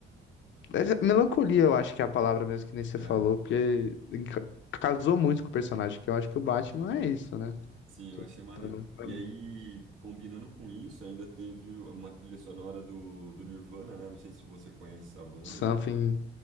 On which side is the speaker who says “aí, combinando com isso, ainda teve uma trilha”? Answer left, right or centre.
Right